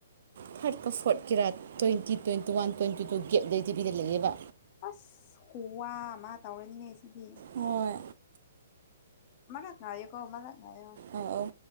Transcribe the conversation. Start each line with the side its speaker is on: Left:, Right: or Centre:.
Right: ꯊꯥꯔꯠꯀ ꯐꯣꯔꯠꯀꯤꯔꯥ twenty twenty one twenty two gap ꯂꯩ ꯇꯤꯕꯤꯗ ꯂꯩꯌꯦꯕ꯫
Left: ꯑꯁ ꯈꯨꯋꯥ ꯑꯃ ꯇꯧꯔꯅꯤ ꯍꯦ ꯁꯤꯗꯤ꯫
Right: ꯍꯣꯏ꯫
Left: ꯃꯅꯥ ꯅꯥꯏꯌꯦꯀꯣ ꯃꯅꯥ ꯅꯥꯏꯌꯦꯀꯣ꯫
Right: ꯑꯥ ꯑꯥꯎ꯫